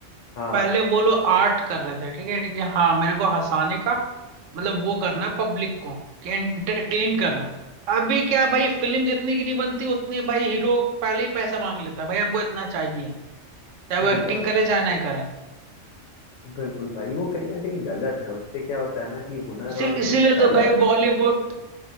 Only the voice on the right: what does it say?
पहले वो लोग आर्ट कर रहे थे ठीक है कि हाँ मेरे को हंसाने का मतलब वो करना पब्लिक को कि एंटरटेन करना अभी क्या भाई फिल्म जितनी की नहीं बनती उतनी भाई हीरो पहले ही पैसा मांग लेता है भाई हमको इतना चाहिए चाहे
वो एक्टिंग
करे चाहे ना करे
इसी
इसीलिए
तो भाई
बॉलीवुड